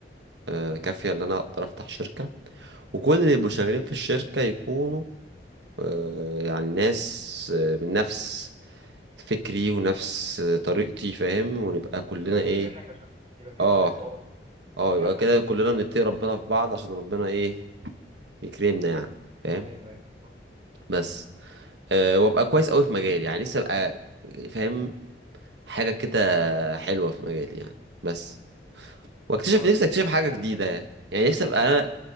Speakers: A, on the right; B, on the right.
A: آه كافية ان انا اقدر افتح شركة وكل اللي يبقوا شغالين في الشركة يكونوا آه يعني ناس آه من نفس فكري ونفس طريقتي فاهم ونبقى كلنا
B: قريبين
A: ايه
B: منك عشان يبقى في
A: اه
B: طريقه تواصل
A: اه
B: تنجحوا
A: يبقى كده
B: يعني
A: كلنا بنتقي ربنا في بعض عشان ربنا ايه يكرمنا يعني فاهم
B: ايوه ايوه طب
A: بس أه وابقى كويس قوي في مجالي يعني لسه ابقى فاهم حاجة كده حلوة في مجالي يعني بس واكتشف
B: هو
A: نفسي اكتشف
B: حته
A: حاجة
B: فازه
A: جديدة
B: كده
A: يعني يعني نفسي
B: حته
A: ابقى
B: فازه
A: انا